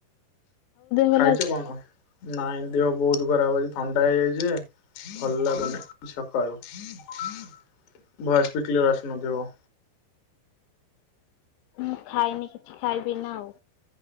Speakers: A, on the left; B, on the left.
A: ଭଲ
B: ଖାଇଛୁ
A: ଅଛି?
B: କଣ ନାଇଁ ଦେହ ବହୁତ ଖରାପ ଅଛି ଥଣ୍ଡା ହେଇଯାଇଛି ଯେ। ଭଲ ଲାଗୁନି ସକାଳୁ ଭୟସ ବି କାଲିର ଆସୁନଥିବ।
A: ମୁଁ ଖାଇନି କିଛି ଖାଇବି ଏଇଟା ଆଉ।